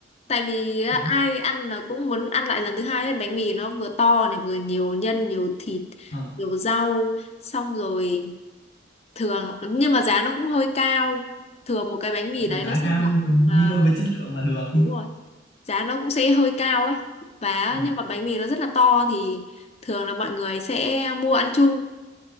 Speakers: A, on the left (about 35°); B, on the left (about 60°).
A: Tại vì á,
B: Thế á.
A: ai ăn là cũng muốn ăn lại lần thứ hai hết bánh mì nó vừa to này vừa nhiều nhân nhiều thịt
B: Ờ,
A: nhiều rau xong rồi thường nhưng mà giá nó cũng hơi cao thường một cái bánh mì đấy
B: giá
A: nó sẽ
B: cao
A: khoảng
B: nhưng mà
A: à,
B: đi đôi với chất lượng là được. Ừ.
A: đúng rồi giá nó cũng sẽ hơi cao ấy và
B: ừ,
A: nhưng mà bánh mì nó rất là to thì thường là mọi người sẽ mua ăn chung